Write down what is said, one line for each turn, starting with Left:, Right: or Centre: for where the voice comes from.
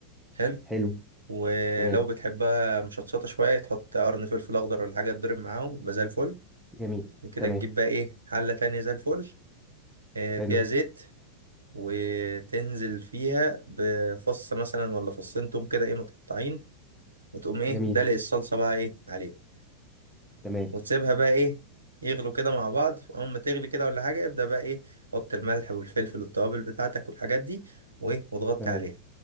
Right: حلو
Centre: حلو
Right: ولو
Centre: تمام
Right: بتحبها مشطشطه شويه تحط قرن فلفل اخضر ولا حاجه تضرب معاهم يبقى زي الفل
Centre: جميل
Right: بعد كده
Centre: تمام
Right: تجيب بقى ايه حله تانية زي الفل آه،
Centre: حلو
Right: فيها زيت وتنزل فيها بفص مثلا ولا فصين توم كده ايه متقطعين وتقوم ايه
Centre: جميل
Right: دلق الصلصه بقى ايه عليه
Centre: تمام
Right: وتسيبها بقى ايه يغلوا كده مع بعض اول ما تغلي كده ولا حاجه ابدا بقى ايه حط الملح والفلفل والتوابل بتاعتك والحاجات دي وايه وتغطي
Centre: تمام
Right: عليها